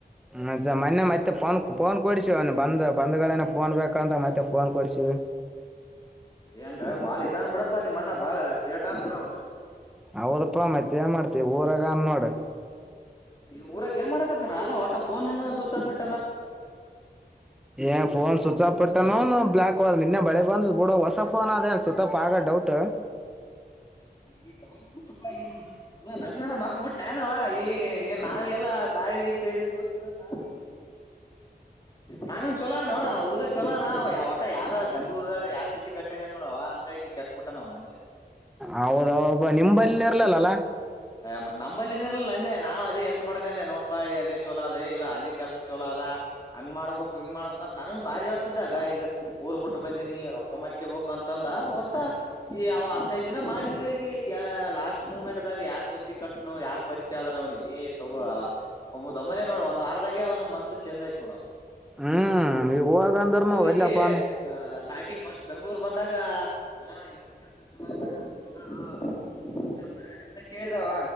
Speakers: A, in the centre; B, on the left.
A: ಮತ್ತ ಮೊನ್ನೆ ಮತ್ತೆ ಫೋನ್ ಫೋನ್ ಕೊಡಸಿವ ಅವನು ಬಂದ ಬಂದ್ಗಳನ ಫೋನ್ ಬೇಕಂತ ಮತ್ತೆ ಫೋನ್ ಕೊಡ್ಸಿವಿ
B: ಹೆಂಗಾರ ಬಾಳ ಇದನ್ ಬಿಡಪ್ಪ ನಿಮ್ಮಣ್ಣ ಬಾಳ ತೇಟನ್ ಬಿಡವ
A: ಹೌದಪ್ಪಾ ಮತ್ತ ಏನ್ ಮಾಡ್ತಿವಿ ಊರಾಗ ಅನ್ ನೋಡ್
B: ಈ ಊರಗ್ ಏನ್ ಮಾಡಾಕತ್ತನ ಅಲ್ಲ ಒಟ್ಟ ಫೋನ್ನ ಸ್ವಿಚ್ ಆಫ್ ಇಟ್ಟ್
A: ಏ ಫೋನ್ ಸ್ವಿಚ್ ಆಫ್ ಪಟ್ಟಾನ ಅವ್ನು ಬ್ಲಾಕ್ ಹದ ನಿನ್ನೆ ಬೆಳೆ ಬಂದ ಬಿಡ ಹೊಸ ಫೋನ್ ಅದ ಅನ್ ಸ್ವಿಚ್ ಆಫ್ ಆಗೋದ್ ಡೌಟ್
B: <inaudible> ಅಲ್ಲ ನನ್ನಾನ ಮರ್ತ್ ಬಿಟ್ಟು ನನ್ವ ಈ ಈ ನಾವ ಎಲ್ಲ ದಾರಿ ಪೇರಿ ತೋರ್ಸಿದ ನಾವ ನಾನುನ್ ಚಲೋನ ಹುಡ್ಗ ಚೊಲೋ ನ ಯ ಒಟ ಯಾರ ಬೆಂಗ್ಳೂರಾಗ ಯಾರ ಜೊತಿ ಕಟ್ಟ ಮಟ್ಟನ್ ಏನ್ ನೋಡವ ಹಂಗಾಗಿ ಕೆಟ್ಟಬಿಟ್ಟ ನಾವ್ ಮನ್ಷ್ಯ
A: ಹೌದೌ ನಿಮಂಬಲ್ಲಿನ ಇರ್ಲಲ್ಲಲ್ಲಾ.
B: ಮತ್ ನಂಬಲ್ಲಿ ನಿ ಇರ್ಲ್ಲ ಅಂದೆ ನಾವ್ ಅಲ್ಲೇ ಎಷ್ಟ ಬಡ್ಕಂದೆ ನೋಡ್ಪಾ ಅಲ್ಲಿ ಚಲ ಅದೇ ಇಲ್ಲ ಅಲ್ಲಿ ಕೆಲ್ಸ ಚೋಲ ಅದ ಹಂಗ್ ಮಾಡ್ಬಬೇಕು ಹಿಂಗ್ ಮಾಡ್ಬೇಕ ಅಂತ ನನನ್ ಭಾರಿ ಆತದ ಆಗ ಈಗ ಊರ್ ಬಿಟ್ಟ ಬಂದೀನಿ ರೊಕ್ ಕ್ಕ ಮರಿಕೇ ಬು ಅಂತಂದ ಒಟ್ಟ ಈ ಅವ ಹದ್ನೈದು ದಿನ ಮಾಡಿದಂಗೆ ಲಾಸ್ಟ್ ಮುಮೆಂಟ್ ಗ ಯಾರ ಜೊತೆ ಟಿಕಟ್ನು ಯಾರ್ ಪರಿಚಯ ಆದ್ರ ಅವ್ನಿಗೆ ತಗೋ ಒೊಮ್ಮಲೆೇ ನೋಡ ಒಂದ್ ಆರ್ದಾಗೆ ಅವ್ನು ಮನ್ಸ. ಡ
A: ಹ್ಮ್ ಈಗ ಹೋಗಂದ್ರನು
B: ಅವಾಗ
A: ಒಲ್ಲಪ್ಪನು
B: ಇಲ್ಲಿ ಸ್ಟಾರ್ಟಿಂಗ್ ಫಸ್ಟ್ ಬೆಂಗ್ಳೂರ್ ಬಂದಾಗ. ಹಾ ಈನ್ ಕೆಲ್ಸ ಚಲೋ ಅದ ಚಲೋ ಅದು ಅಂತ ಎಲ್ಲ ಕೇಳಿದಾವ.